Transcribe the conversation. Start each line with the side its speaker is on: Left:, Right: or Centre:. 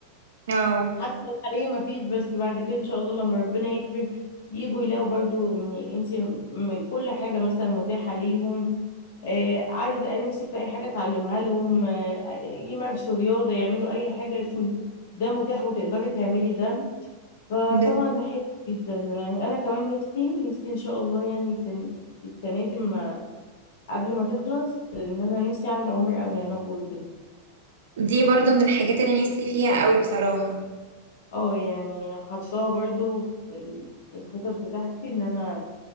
Right: اه
Left: حتى لو حاليا ما فيش بس بعد كده ان شاء الله لما ربنا يكرم يجوا يلاقوا برضو ان انت م- كل حاجة مثلا متاحة ليهم آه، عايزة نفسك في اي حاجة تعلمها لهم آه، يمارسوا رياضة يعملوا اي حاجة يكون ده متاح وتقدري تعملي ده فطبعا
Right: بس
Left: ده حلو جدا يعني انا كمان نفسي نفسي ان شاء الله يعني كان السنه دي ما قبل ما تخلص ان انا نفسي اعمل عمرة قوي انا وجوزي
Right: دي برضو من الحاجات اللي نفسي فيها قوي بصراحة
Left: اه يعني حطاها برضو في ال- في الخطط بتاعتي ان انا